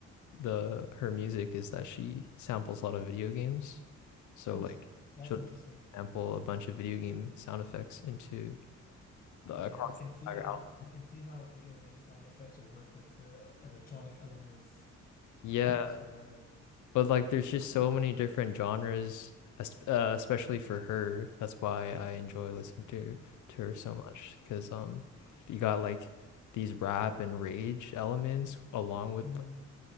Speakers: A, on the left; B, on the left.
A: the her music is that she samples a lot of video games. So
B: Oof.
A: like
B: That's
A: she'll
B: interesting.
A: sample a bunch of video game sound effects into the
B: Yeah,
A: across
B: I can
A: the
B: see
A: entire
B: how
A: album.
B: I can see how video game sound effects will work with the electronic elements
A: Yeah.
B: like you described.
A: But like, there's just so many different genres, es- uh, especially for her. That's why I enjoy listening to to her so much, because um, you got like these rap and rage elements along with
B: Mm.
A: like,